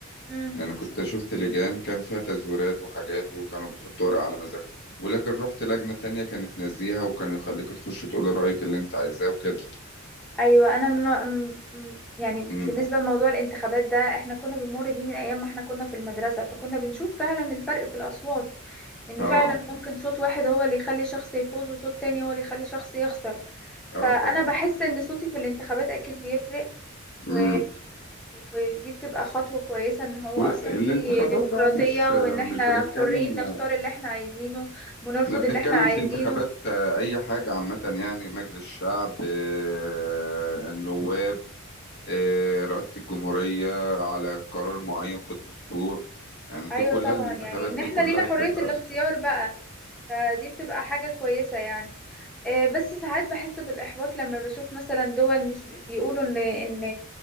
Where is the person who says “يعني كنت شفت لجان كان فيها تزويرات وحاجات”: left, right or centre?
Left